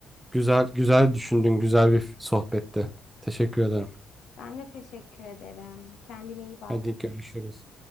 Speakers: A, in the centre; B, on the left.
A: Güzel, güzel düşündün. Güzel bir sohbetti. Teşekkür ederim.
B: Ben de teşekkür ederim. Kendine iyi bak.
A: Hadi görüşürüz.